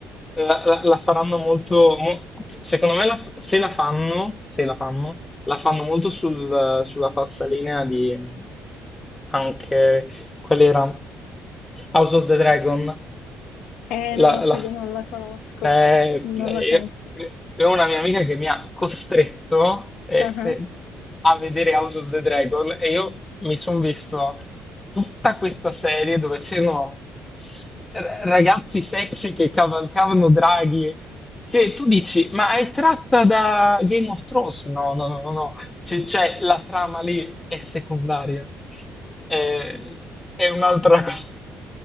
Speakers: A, on the left; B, on the left.
A: La, la- la faranno molto, mo- secondo me la f- se la fanno, se la fanno, la fanno molto sul- sulla falsariga di mm, anche qual era House of the Dragon.
B: Eh, non
A: La,
B: la seguo,
A: la
B: non la conosco.
A: Eh,
B: Non
A: eh,
B: la conosco.
A: eh, eh, una mia amica che mi ha costretto eh,
B: Ah ah.
A: eh, a vedere House of the Dragon e io mi sono visto tutta questa serie dove c'erano r- ragazzi sexy che cavalcavano draghi, che tu dici, ma è tratta da Game of Thrones? No, no, no, no, no. C- cioè la trama lì è secondaria, Eh, è un'altra cosa,